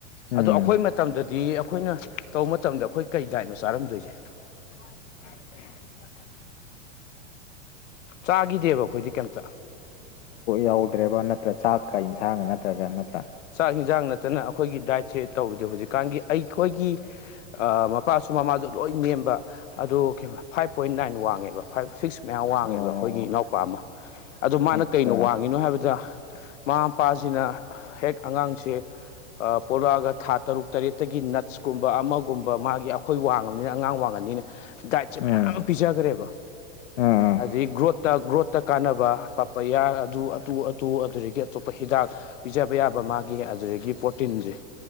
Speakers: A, on the left; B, on the left.
A: ꯎꯝ
B: ꯑꯗꯣ ꯑꯩꯈꯣꯏ ꯃꯇꯝꯗꯗꯤ ꯑꯩꯈꯣꯏꯅ ꯇꯧꯕ ꯃꯇꯝꯗ ꯑꯩꯈꯣꯏ ꯀꯩ ꯗꯥꯏꯠꯅꯣ ꯆꯥꯔꯝꯗꯣꯏꯁꯦ
A: <unintelligible>
B: ꯆꯥꯈꯤꯗꯦꯕ ꯑꯩꯈꯣꯏꯗꯤ ꯀꯩꯝ ꯆ
A: ꯌꯧꯗ꯭ꯔꯦꯕ ꯅꯠꯇ꯭ꯔꯥ ꯆꯥꯛꯀ ꯏꯟꯁꯥꯡꯒ ꯅꯠꯇ꯭ꯔꯒ ꯅꯠꯇ꯭ꯔꯥ
B: ꯆꯥꯛ ꯌꯦꯟꯁꯥꯡ ꯅꯠꯇꯅ ꯑꯩꯈꯣꯏꯒꯤ ꯗꯥꯏꯠꯁꯦ ꯇꯧꯕꯗꯦ ꯍꯧꯖꯤꯛꯀꯥꯟꯒꯤ ꯑꯩꯈꯣꯏꯒꯤ ꯃꯄꯥꯁꯨ ꯃꯃꯥꯁꯨ ꯂꯣꯏ ꯅꯦꯝꯕ ꯑꯗꯨ ꯐꯥꯏꯚ ꯄꯣꯏꯟ ꯅꯥꯏꯟ ꯋꯥꯡꯉꯦꯕ ꯐꯥꯏꯚ ꯁꯤꯛꯁ ꯃꯌꯥꯝ ꯋꯥꯡꯉꯦꯕ
A: ꯑꯣ
B: ꯑꯩꯈꯣꯏꯒꯤ ꯏꯅꯥꯎꯄꯥ ꯑꯃ ꯑꯗꯣ ꯃꯥꯅ
A: ꯑꯠꯆꯥ
B: ꯀꯩꯅꯣ ꯋꯥꯡꯉꯤꯅꯣ ꯍꯥꯏꯕꯗ ꯃꯃꯥ ꯃꯄꯥꯁꯤꯅ ꯍꯦꯛ ꯑꯉꯥꯡꯁꯦ ꯄꯣꯛꯂꯛꯑꯒ ꯊꯥ ꯇꯔꯨꯛ ꯇꯔꯦꯠꯇꯒꯤ ꯅꯠꯁꯀꯨꯝꯕ ꯑꯃꯒꯨꯝꯕ ꯃꯥꯒꯤ ꯑꯩꯈꯣꯏ ꯋꯥꯡꯉꯕꯅꯤꯅ ꯑꯉꯥꯡ ꯋꯥꯡꯉꯅꯤꯅ ꯗꯥꯏꯇꯁꯦ
A: ꯎꯝ
B: ꯃꯥꯌꯥꯝ ꯑꯃꯥ ꯄꯤꯖꯥ ꯈꯔꯦꯕ
A: ꯎꯝ
B: ꯑꯗꯗꯒꯤ ꯒ꯭ꯔꯣꯠꯇ ꯒ꯭ꯔꯣꯠꯇ ꯀꯥꯟꯅꯕ ꯄꯥꯄꯥꯌꯥ ꯑꯗꯨ ꯑꯗꯨ ꯑꯗꯨ ꯑꯗꯨꯗꯒꯤ ꯑꯇꯣꯞꯄ ꯍꯤꯗꯥꯛ ꯄꯤꯖꯕ ꯌꯥꯕ ꯃꯥꯒꯤ ꯑꯗꯨꯗꯒꯤ ꯄ꯭ꯔꯣꯇꯤꯟꯁꯦ